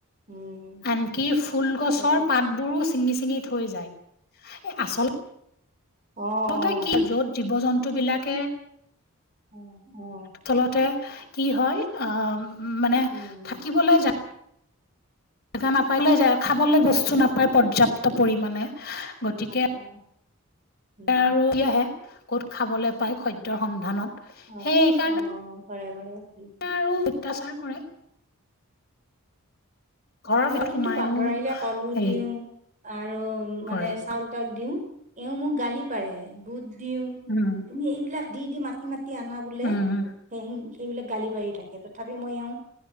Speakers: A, on the right; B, on the left.
A: উম,
B: আনকি ফুল গছৰ
A: সেইবিলাক
B: পাতবোৰো
A: খাই
B: ছিঙি -ছিঙি থৈ যায়। এই আচল
A: অ',
B: তহঁতে
A: অ',
B: কি য'ত জীৱ- জন্তু বিলাকে
A: অ', অ',
B: তলতে কি হয় আহ, মানে
A: উম,
B: থাকিবলৈ জা <unintelligible> গা নাপাই লৈ যায় খাবলে বস্তু
A: অ',
B: নাপায় পৰ্যাপ্ত পৰিমাণে। গতিকে
A: নাপায় উম,
B: আৰু এটিয়াহে ক'ত খাবলে পাই সত্যৰ সন্ধানত।
A: অ',
B: সেইকাৰণে
A: অ' ঘৰে-ঘৰে। <unintelligible>
B: আৰু অত্যাচাৰ কৰে। ঘৰৰ ভিতৰত
A: মই
B: সোমায়ো
A: কিন্তু বান্দৰ আহিলে কলো
B: হেৰি
A: দিওঁ আৰু মানে
B: কৰে
A: চাউল তাউল দিওঁ এওঁ মোক গালি পাৰে বুধ দিওঁ
B: উম
A: তুমি এইবিলাক দি- দি মাতি -মাতি আনা বোলে
B: উম
A: সে এইবিলাক গালি পাৰি থাকে তথাপিও মই এওঁ